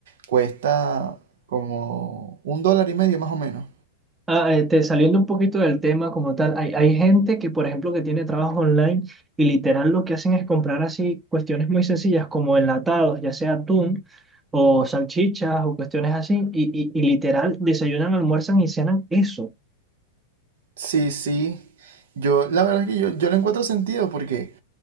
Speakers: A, on the right (about 70°); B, on the right (about 15°).
A: cuesta como un dólar y medio más o menos.
B: Ah, este, saliendo un poquito del tema como tal, hay, hay gente que, por ejemplo, que tiene trabajo online y literal lo que hacen es comprar así cuestiones muy sencillas como enlatados, ya sea atún o salchichas o cuestiones así, y, y, y literal desayunan, almuerzan y cenan eso.
A: Sí, sí. Yo, la verdad es que yo, yo le encuentro sentido porque